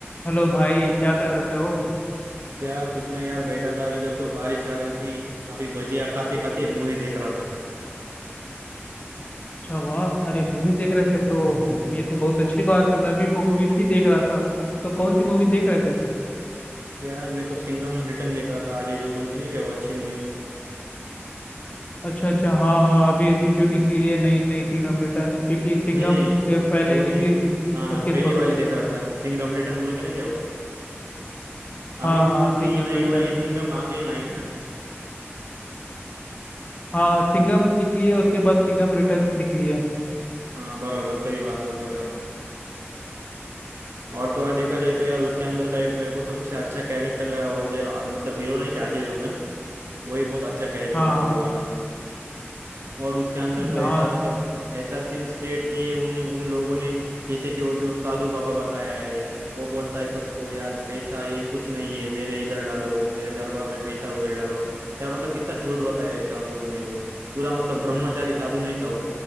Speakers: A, on the left; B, on the right.
A: हेलो भाई क्या कर रहे हो
B: यार कुछ नहीं यार बैठा था इधर तो बारिश आ रही थी अभी भजिया खाते खाते मूवी देख रहा था
A: अच्छा वाह अरे मूवी देख रहे थे तो ये तो बहुत अच्छी बात है मैं भी मूवीज ही देख रहा था तो कौन सी मूवी देख रहे थे
B: यार मैं तो सिंघम रिटर्न देख रहा था अजय देवगन की नहीं क्या वो अच्छी मूवी
A: अच्छा अच्छा हाँ हाँ अभी अभी जो निकली है नई नई सिंघम रिटर्न क्योंकि सिंघम
B: नहीं नहीं
A: ए, पहले
B: वो नहीं
A: निकली थी
B: हाँ
A: उसके
B: पहले
A: बाद
B: वाली देख रहा था सिंघम रिटर्न बोल के नहीं क्या वो अभी
A: हाँ
B: तो
A: हाँ
B: उसकी
A: सिंघम
B: नई
A: रिटर्न
B: वाली सिंघम आ गई ना आई ना
A: हाँ सिंघम निकली है उसके बाद सिंघम रिटर्न्स निकली है
B: हाँ बराबर सही बात बोल रहे हो आप और तो और देखा जाए तो यार उसके अंदर का एक मेरे को सबसे अच्छा कैरेक्टर लगा वो जो मतलब हीरो नहीं क्या अजय देवगन वही बहुत अच्छा कैरेक्टर
A: हाँ
B: लगा
A: हाँ
B: वो वाला और उसके अंदर तो
A: हाँ
B: ऐसा मतलब ऐसा सीन्स क्रिएट किए उन उन लोगों ने जैसे कि वो जो साधु बाबा बताया है वो बोलता है सबको यार पैसा ये कुछ नहीं है मेरे इधर डालो मेरे दरबार में पैसा वगैरह डालो यार मतलब कितना झूठ बताया है साधु ने वो पूरा मतलब ब्रह्मचारी साधु नहीं था वो